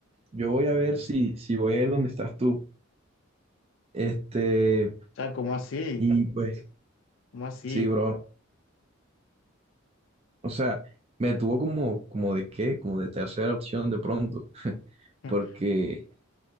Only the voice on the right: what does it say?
yo voy a ver si, si voy a ir donde estás tú. Este,
Y pues,
sí, bro. O sea, me tuvo como, como de qué, como de tercera opción de pronto,
porque,